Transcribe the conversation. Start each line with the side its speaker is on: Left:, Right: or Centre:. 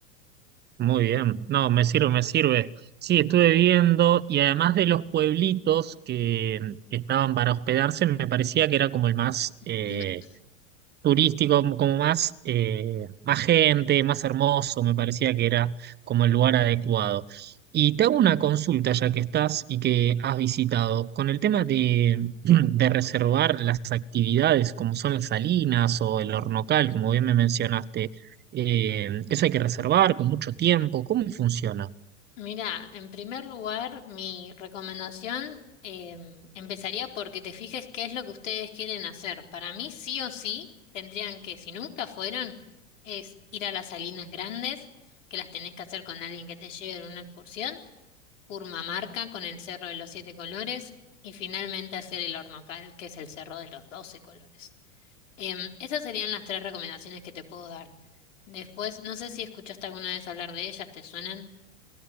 Right: Muy bien. No, me sirve, me sirve. Sí, estuve viendo y además de los pueblitos que mm, estaban para hospedarse, me parecía que era como el más
Left: <clears throat>
Right: eh, turístico, como como más, eh, más gente, más hermoso, me parecía que era como el lugar adecuado. Y te hago una consulta ya que estás y que has visitado, con el tema de, <clears throat> de reservar las actividades como son las salinas o el hornocal, como bien me mencionaste, eh, eso hay que reservar con mucho tiempo, ¿cómo funciona?
Left: Mira, en primer lugar, mi recomendación em, empezaría porque te fijes qué es lo que ustedes quieren hacer. Para mí, sí o sí, tendrían que, si nunca fueron, es ir a las Salinas Grandes, que las tenés que hacer con alguien que te lleve en una excursión. Purmamarca con el Cerro de los Siete Colores y finalmente hacer el Hornocal, que es el Cerro de los Doce Colores. Em, esas serían las tres recomendaciones que te puedo dar. Después, no sé si escuchaste alguna vez hablar de ellas, ¿te suenan?